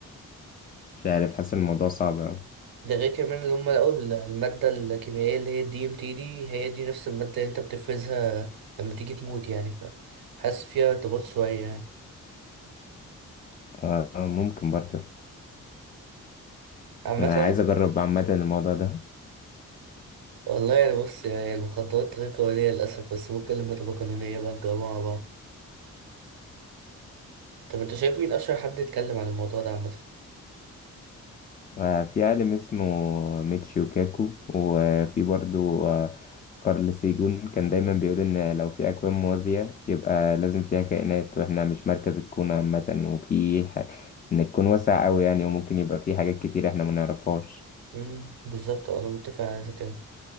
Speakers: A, on the left (about 25°); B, on the right (about 70°).
A: مش عارف حاسس إن الموضوع صعب أوي
B: ده غير كمان اللي هم لقوا ال- الماده الكيميائيه اللي هي الدي ام تي دي هي دي نفس الماده اللي انت بتفرزها لما تيجي تموت يعني فحاسس فيها ارتباط شويه يعني
A: آه آه، ممكن برضه
B: عامه
A: أنا عايز أجرب عامة الموضوع ده
B: والله يعني بص يعني المخدرات غير قانونيه للاسف بس ممكن لما تبقى قانونيه بقى نجربها مع بعض طب انت شايف مين اشهر حد يتكلم عن الموضوع ده عامه
A: آه، في عالم اسمه ميتشيو كاكو وفي برضو آه، كارل سيجون كان دايما بيقول إن لو في أكوان موازية يبقى لازم فيها كائنات وإحنا مش مركز الكون عامة وفي ح... إن الكون واسع أوي يعني وممكن يبقى فيه حاجات كتير إحنا منعرفهاش
B: امم بالظبط انا متفق على ده